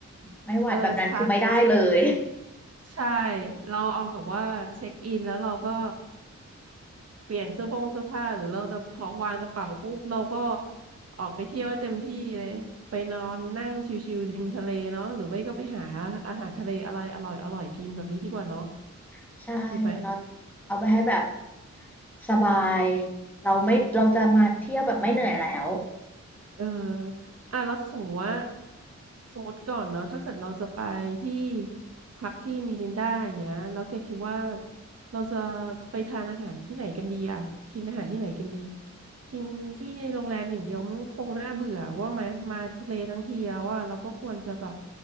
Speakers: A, in the centre; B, on the right.
A: ไม่ไหวแบบนั้นคือไม่ได้เลย
B: เออชัดใช่ใช่เราเอาแบบว่าเช็คอินแล้วเราก็ เปลี่ยนเสื้อผ้าเสื้อผ้าหรือเราจะพอวางกระเป๋าปุ๊บเราก็ออกไปเที่ยวให้เต็มที่เลยไปนอนนั่งชิวๆริมทะเลเนาะหรือไม่ก็ไปหาอาหารทะเลอะไรอร่อยอร่อยกินแบบนี้ดีกว่าเนาะ
A: <laughs> ใช่เรา
B: ดีไหม
A: เอาไปให้แบบสบายเราไม่เราจะมาเที่ยวแบบไม่เหนื่อยแล้ว
B: เอออ่ะแล้วสมมติว่าสมมติก่อนเนาะถ้าเกิดเราจะไปที่พักที่มิรินดาอย่างเงี้ยแล้วแกคิดว่าเราจะไปทานอาหารที่ไหนกันดีอะกินอาหารที่ไหนกันดีกินที่โรงแรมอย่างเดียวมันคงน่าเบื่อว่าไหมมาทะเลทั้งทีแล้วอะเราก็ควรจะแบบ